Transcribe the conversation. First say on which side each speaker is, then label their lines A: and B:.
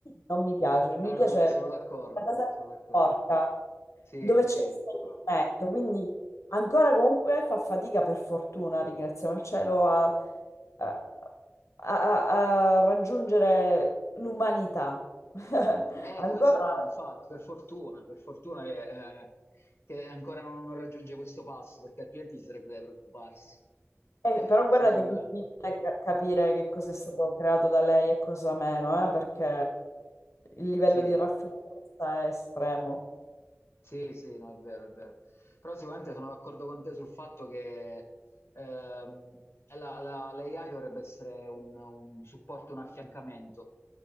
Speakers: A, on the left; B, on the left.
A: non mi piace. Mi
B: No, no,
A: piace
B: so- sono d'accordo,
A: la cosa
B: sono d'accordo.
A: porca,
B: Sì,
A: dove c'è
B: sì.
A: l'esperimento. Quindi ancora comunque fa fatica, per fortuna, ringraziamo il cielo, a, a- a- a a raggiungere l'umanità. <laughs>
B: Eh,
A: Ancora
B: questo no, infatti, per fortuna, per fortuna che, eh, che ancora non, non raggiunge questo passo, perché altrimenti ci sarebbe da preoccuparsi,
A: Eh, però guarda
B: secondo
A: che è difficile
B: me.
A: ca- capire che cosa è stato creato da lei e cosa meno, eh, perché il livello
B: Sì.
A: di raffinatezza è estremo.
B: Sì, sì, no, è vero, è vero. Però sicuramente sono d'accordo con te sul fatto che ehm, la, la- l'AI dovrebbe essere un, un supporto, un affiancamento.